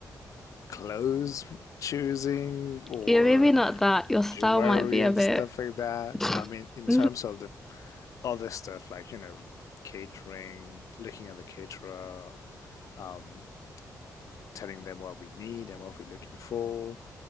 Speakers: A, on the left; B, in the centre.
A: clothes choosing or
B: Yeah, maybe not that. Your style
A: jewelry
B: might be a
A: and
B: bit
A: stuff like that. But I mean,
B: <laughs>
A: in terms of the other stuff, like, you know, catering, looking at the caterer, um, telling them what we need and what we're looking for.